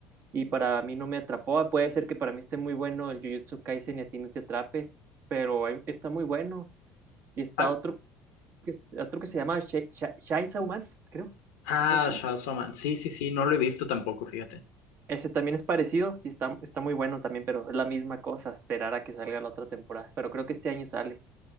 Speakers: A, on the right; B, on the left.
A: y para mí no me atrapó, ah, puede ser que para mí esté muy bueno el Jujutsu Kaisen y a ti no te atrape, pero hay- está muy bueno y está
B: Ah,
A: otro que, es- otro que se llama Sh Sh Chainsaw Man, creo,
B: ah,
A: algo así.
B: Shadow Shaman. Sí, sí, sí, no lo he visto tampoco, fíjate.
A: Ese también es parecido y está, está muy bueno también, pero es la misma cosa, esperar a que salga la otra temporada. Pero creo que este año sale.